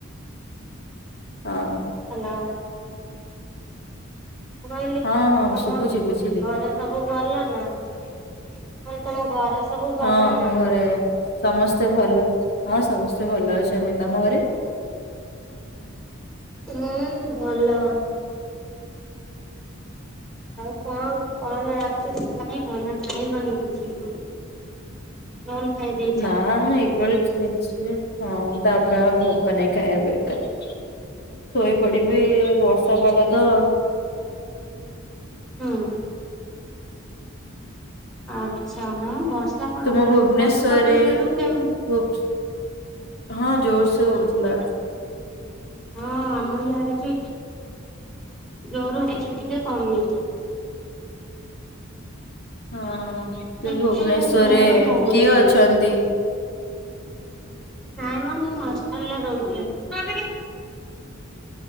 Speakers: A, on the left; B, in the centre.
A: ହଁ।
B: ହ୍ୟାଲୋ। ମୁଁ କହିଲି
A: ହଁ
B: ଆଉ
A: ହଁ
B: ତମ
A: ଶୁଭୁଛି ବୁଝିଲି।
B: ଘରେ ସବୁ ଭଲ ନା? ମୁଁ କହିଲି ତମ ଘରେ ସବୁ ଭଲ
A: ହଁ ଆମ
B: ନା?
A: ଘରେ ସମସ୍ତେ ଭଲ ହଁ ସମସ୍ତେ ଭଲ ଅଛନ୍ତି। ତମ ଘରେ?
B: ହୁଁ ଭଲ। ଆଉ କଣ କଣ ରାତିରେ ଖାଇବ ନା ଖାଇବନି କିଛି ବି? ରୋଲ ଖାଇଦେଇ
A: ନା ଏଗ ରୋଲ ଖାଇଛି ହଁ ତା ପରେ ଆଉ ଭୋକ ନାହିଁ ଖାଇବାପାଇଁ କା। ଶୋଇପଡ଼ିବେ ଏ ବର୍ଷା ପାଗ ତ।
B: ହୁଁ। ଆଚ୍ଛା ହଁ ବର୍ଷା ପାଗ
A: ତୁମ ଭୁବନେଶ୍ଵରରେ
B: ବର୍ଷା ତମ ସିଆଡ଼କୁ କେମିତି?
A: <unintelligible> ହଁ ଜୋରସ ହଉଥିଲା।
B: ହଁ ଆମ ଇଆଡ଼େ ବି ଜୋର ହେଇକି ଟିକେ କମିଛି।
A: ହଁ ଯେ
B: ଏତେ
A: ଭୁବନେଶ୍ଵରରେ
B: ଜୋର ହଉନି
A: କିଏ ଅଛନ୍ତି?
B: ଆଉ ହଁ ହିଁ ମୁଁ ହଷ୍ଟେଲରେ ରହୁଥିଲି।